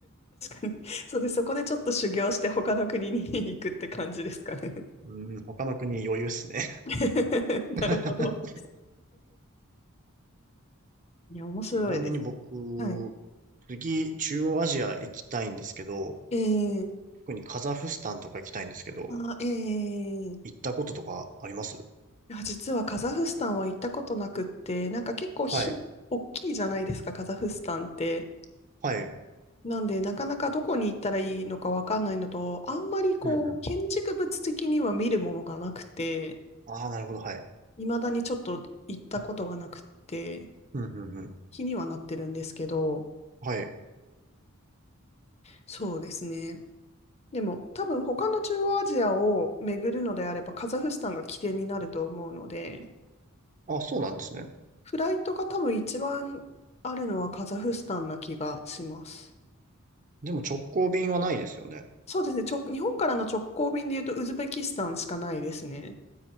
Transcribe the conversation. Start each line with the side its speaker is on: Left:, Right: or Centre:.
Left: に。そうで、そこでちょっと修行して他の国に <laughs> 行くって感じですかね。
Right: うん、他の国余裕っすね。
Left: <laughs>
Right: <laughs>
Left: なるほど。<laughs> いや、面白いです。
Right: ちなみに僕、
Left: はい。
Right: 次、中央アジア行きたいんですけど、
Left: えー、
Right: 特にカザフスタンとか行きたいんですけど、
Left: ああ、ええ
Right: 行ったこととかあります
Left: いや、実はカザフスタンは行ったことなくって、なんか結構ひ、
Right: はい。
Left: 大きいじゃないですか、カザフスタンって。
Right: はい。
Left: なんで、なかなかどこに行ったらいいのかわかんないのと、あんまりこう、
Right: うんうん。
Left: 建築物的には見るものがなくて、
Right: ああ、なるほど。はい。
Left: 未だにちょっと行ったことがなくって、
Right: うん、うん、うん。
Left: 気にはなってるんですけど、
Right: はい。
Left: そうですね。でも、多分他の中央アジアを巡るのであれば、カザフスタンが起点になると思うので、
Right: あ、そうなんですね。
Left: フライトが多分一番あるのはカザフスタンな気がします。
Right: でも直行便はないですよね。
Left: そうですね。ちょ、日本からの直行便で言うと、ウズベキスタンしかないですね。